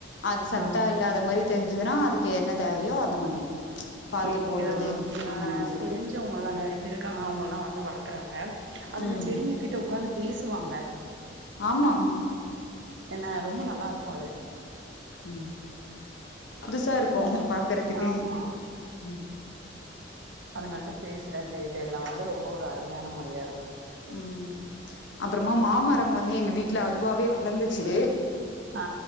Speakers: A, on the left (about 80°); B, on the right (about 85°).
A: அது சத்தா
B: ம்
A: இல்லாத மாரி தெரிஞ் இதுன்னா அதுக்கு என்ன தேவையோ அந்த மாதிரி பாத்து
B: எங்க
A: போடுறது அந்த
B: அ
A: மாதிரி
B: தெரிஞ்சவங்கல்லா நறைய பேர்ருக்காங்க அவுங்கல்லா வந் வளக்குறாங்க அதுங்க
A: ம்
B: செடிங்க கிட்ட உக்காந்து பேசுவாங்க
A: ஆமா
B: ஏனா ரொம்ப நல்லா இருக்கு அது
A: உம் புதுசா இருக்கு பாக்குறதுக்கு
B: ஆமா
A: ம்
B: அதுங்கள்ட்ட பேசுறது இதெல்லா வந்து ரொம்ப ஒரு அருமையான முறையா இருக்கும்
A: உம் அப்புறமா மாமரம் வந்து எங்க வீட்டுல அதுவாவே வளர்ந்துச்சு
B: ஆ